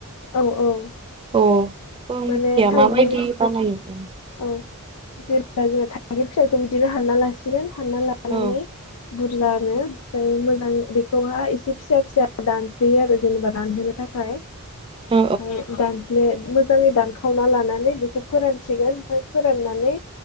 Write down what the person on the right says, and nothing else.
अ' बेखौ आं
मिथिया
माबायदि बानायो?
औ
औ